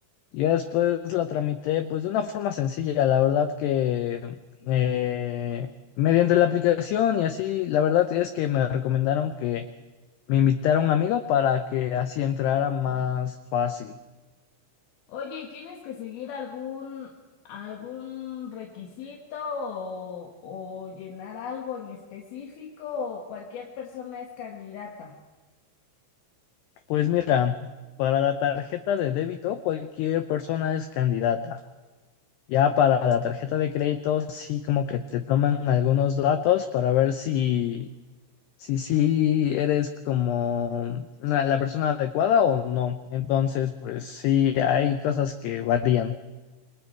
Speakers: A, on the left (about 85°); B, on the left (about 60°).
A: Ya después la tramité pues de una forma sencilla, la verdad que eh, mediante la aplicación y así, la verdad es que me recomendaron que me invitara a un amigo para que así entrara más fácil.
B: Oye, ¿y tienes que seguir algún, algún requisito o, o llenar algo en específico o cualquier persona es candidata?
A: Pues mira, para la tarjeta de débito cualquier persona es candidata. Ya para la tarjeta de crédito sí como que te toman algunos datos para ver si si sí eres como la, la persona adecuada o no. Entonces, pues sí, hay cosas que varían.